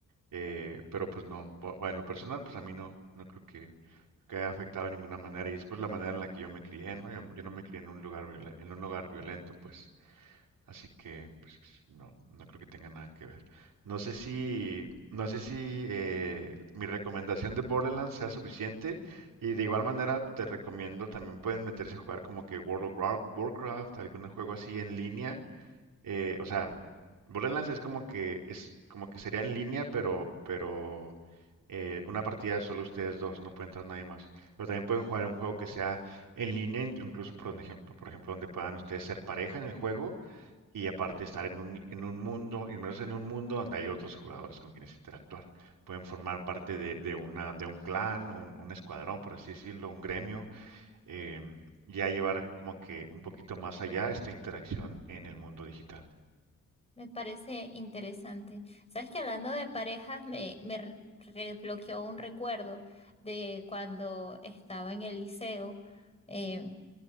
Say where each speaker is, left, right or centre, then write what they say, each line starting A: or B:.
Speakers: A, on the right; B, on the left.
A: eh, pero pues no, po- bueno, en lo personal, pues a mí no, no creo que que haya afectado de ninguna manera. Y es por la manera en la que yo me crié, ¿no? Yo, yo no me crié en un lugar violen- en un lugar violento, pues. Así que, pues, no, no creo que tenga nada que ver. No sé si, no sé si eh, mi recomendación de Borderlands sea suficiente. Y de igual manera te recomiendo también pueden meterse a jugar como que World of War- Warcraft, algún juego así en línea eh, o sea, Borderlands es como que es como que sería en línea, pero pero eh, una partida solo ustedes dos, no puede entrar nadie más. Pero también pueden jugar un juego que sea en línea, in- incluso por, un ejemplo, por ejemplo donde puedan ustedes ser pareja en el juego y aparte estar en un en un mundo, inmersos en un mundo donde hay otros jugadores con quienes interactuar. Pueden formar parte de, de una de un clan, un, un escuadrón, por así decirlo, un gremio. em, ya llevar como que un poquito más allá esta interacción en el mundo digital.
B: Me parece interesante. Sabes que hablando de parejas me, me re- desbloqueó un recuerdo de cuando estaba en el liceo. eh,